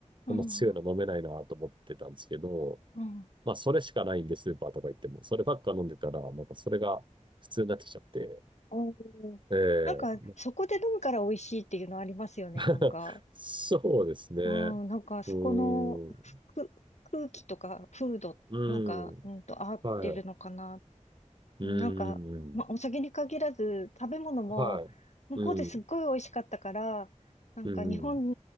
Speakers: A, on the left; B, on the right.
A: うん、
B: こんな強いの飲めないなと思ってたんですけど、
A: うん。
B: まあ、それしかないんで、スーパーとか行っても、そればっか飲んでたら、なんかそれが普通になってきちゃって、
A: おーなんか、
B: ええ
A: そこで飲むから美味しいっていうのありますよね、
B: <laughs>
A: なんか。
B: そうですね。うーん、
A: うん、なんか、そこのふ空気とか、
B: う
A: 風土、
B: ーん、
A: なんか、うんと、合ってるのかな。
B: はい、う
A: なんか、
B: ーん、
A: まあ、お酒に限らず、食べ物も、
B: は
A: 向こうですっごい美味しかったから、
B: い、うん、
A: なんか、
B: うん、
A: 日本